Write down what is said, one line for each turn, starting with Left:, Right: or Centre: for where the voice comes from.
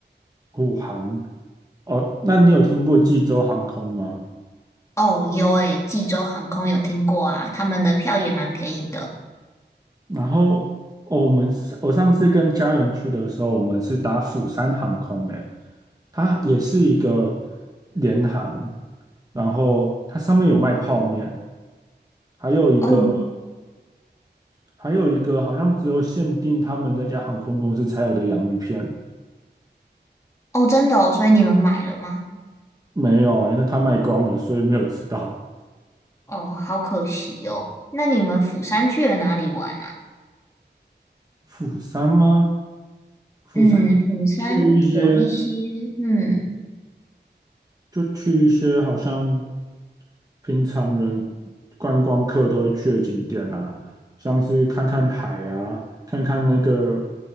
Right: 虎航？哦，那你有听过济州航空吗？
Left: 哦，有诶，济州航空有听过啊，他们的票也蛮便宜的。
Right: 然后，哦我们是我上次跟家人去的时候，我们是打釜山航空诶，它也是一个联航，然后它上面有卖泡面，还有一个。
Left: 哦
Right: 还有一个好像只有限定他们那家航空公司才有的洋芋片，
Left: 哦，真的哦，所以你们买了吗？
Right: 没有欸，因为他卖光了，所以没有吃到。
Left: 哦，好可惜哦。那你们釜山去了哪里玩啊？
Right: 釜山吗？釜山
Left: 嗯，釜山有一些，
Right: 去一些，
Left: 嗯，
Right: 就去一些好像平常人观光客都会去的景点啊，像是看看海啊，看看那个